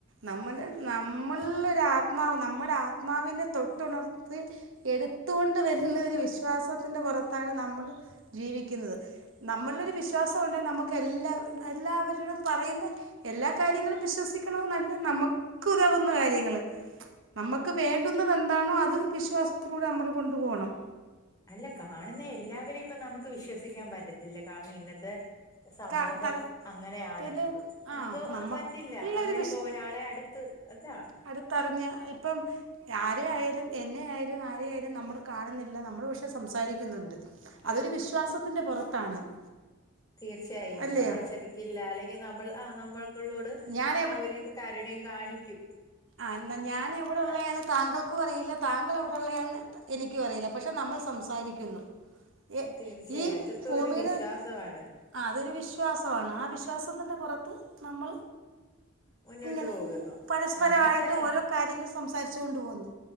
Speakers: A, on the right; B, on the left.
A: നമ്മള് നമ്മളിലൊരാത്മാവ് നമ്മുടെ ആത്‌ ആത്മാവിനെ തൊട്ടുണർത്തി എടുത്തുകൊണ്ട് വരുന്നൊരു വിശ്വാസത്തിൻ്റെ പുറത്താണ് നമ്മള് ജീവിക്കുന്നത് നമ്മളിലൊരു വിശ്വാസമുണ്ടെ നമുക്ക് എല്ലാ എല്ലാവരിലും പറയുന്നെ എല്ലാ കാര്യങ്ങളും വിശ്വസിക്കണമെന്നല്ല നമക്ക് ഉതകുന്ന കാര്യങ്ങള് നമ്മക്ക് വേണ്ടുന്നതെന്താണോ അത് വിശ്വാസത്തിലൂടെ നമ്മള് കൊണ്ടുപോണം
B: അല്ലെ കാണുന്ന എല്ലാവരെപ്പൊ നമുക്ക് വിശ്വസിക്കാൻ പറ്റത്തില്ല കാരണം ഇന്നത്തെ സമൂഹം
A: ക പല
B: അങ്ങനെയാണ്
A: ത്തിൽ ആ
B: നമുക്ക്
A: നമുക്കുള്ളൊരു
B: അ പറ്റില്ല നമ്മളിപ്പോ ഒരാളെ അടുത്ത് അതാആ
A: അടുത്തറിഞ്ഞ ഇപ്പം ആരെയായാലും എന്നെയാലും ആ രെ ഏലും നമ്മള് കാണുന്നില്ലനമ്മള് പക്ഷെ സംസാരിക്കുന്നുണ്ട് അതൊരു വിശ്വാസത്തിന്റെ പുറത്താണ് <inaudible>
B: തീർച്ചയായും
A: അല്ലയോ
B: നമ്മളെ ചതിക്കില്ല അല്ലെങ്കിനമ്മൾ ആ നമ്മൾ ക്കളോട്
A: ഞാൻ
B: ആ ഒരിത് കരുണയും കാണിക്കും
A: ആന്ന ഞാന്വ്ടെള്ളയാന്ന്
B: ആ,
A: താങ്കൾക്കും അറിയില്ല താങ്കളെവിടെയുള്ളതാന്ന് എനിക്കും അറിയില്ല പക്ഷെ നമ്മൾ സംസാരിക്കുന്നു എ
B: തീർച്ചയായും
A: ഈ <unintelligible>
B: അതൊക്കെ ഒരു വിശ്വാസമാണ്
A: അ അതൊരു വിശ്വാസമാണ് ആ വിശ്വാസത്തിന്റെ പുറത്ത് നമ്മൾ
B: മുന്നോട്ട്
A: ഇങ്ങനെ
B: പോകുന്നു
A: പരസ്പരായിട്ട്
B: അങ്ങനെ തന്നെ
A: ഓരോ കാര്യങ്ങൾ സംസാരിച്ചു കൊണ്ട് പോകുന്നു